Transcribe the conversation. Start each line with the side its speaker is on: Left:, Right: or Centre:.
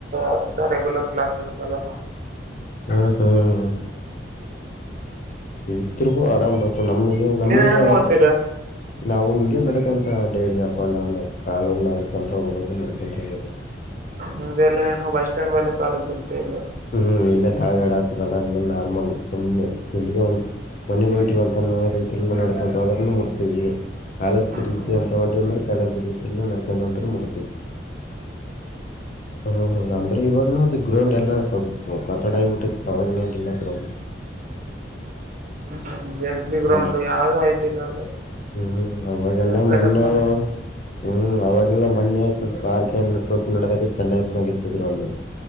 Right: ಅಂತ ರೆಗ್ಯುಲರ್ ಕ್ಲಾಸ್ ಹೋಗಲ್ಲ ನಾವು
Left: ಹ್ಮ್ ಹ್ಮ್ ವಿತ್ರಿಗ ಆರಾಮ್ ಪಾಸ ನಮಗ ನಮ್ಮ
Right: ನೀವ್
Left: ಇನ್ನ
Right: ಹೆಂಗ್ ಓದ್ತೀರಾ
Left: ನಾವು ಹಿಂಗೆ ನಡ್ಕಂಥ ಡೈಲಿ ಅಪ್ ಆ್ಯಂಡ್ ಡೌನ್ ಕಾ ನರಕಂತ ಹೋಗೋದು ನಡ್ಕೊಂತ ಇರೋದು
Right: ನಿಮ್ದೆಲ್ಲ ಏನೋ ಬಸ್ ಸ್ಟ್ಯಾಂಡ್ ವೇಲೆ ಕಾಲೇಜ್ ಬರ್ತ ಇಲ್ಲ
Left: ಹ್ಮ ಇಲ್ಲೇ ತಳಗಡೆ ಆಗ್ತದಲ್ಲ ಏನು ನಾರ್ಮಲ್ ಸುಮ್ಮನೆ ಇಲ್ಲಿಯ ಒಂದು ಮನೆಗೆ ಹೊಂಟಿವ ಅಂತ ಅನ್ನೋ ರೀತಲ್ಲಿ ಮಡ್ಕಂತು ಅದ್ರ ಮುಡ್ತೀವಿ ಕಾಲೇಜದ ರೀತಿ
Right: ಹ್ಮ
Left: ಅಂತ ಹೊಂಟು ಅಂದ್ರೆ ಕಾಲೇಜದ್ ರೀತಿಯ ನಡ್ಕೊಂಡ ಹೊಂಟ್ರ ನಡ್ತೀವಿ ಹ್ಮ ಹ್ಮ ಅಂದ್ರೆ ಇವಾಗನ ಅದು ಗ್ರೌಂಡ್ ಎಲ್ಲ ಸೊ ಕಸಡ ಆಗಿಬಿಟ್ಟು ತಗನಂಗಿಲ್ಲ ಗ್ರೌಂಡ
Right: ಹ್ಮ್ ಹ್ಮ್ ಎಸ್ ಬಿ ಗ್ರೌಂಡ್
Left: ಅಲ್ಲಿ
Right: ಯಾವು ಆಯ್ತಿಲ್ಲ ಅದು
Left: ಹ್ಮ್ ಅವಾಗಲ್ಲ
Right: ವೆಂಕಟಪ್ಪನ
Left: ಮ್ಣಾವ ಹ್ಮ್ ಅವಾಗೆಲ್ಲ ಮೊೆ ಸ್ವಲ್ಪ ಪಾರ್ಕ ಟ್ರಿಪ್ ನಡದಾಗ ಚೆನ್ನಾಗಿ ಆಗಿತ್ತು ಗ್ರೌಂಡ್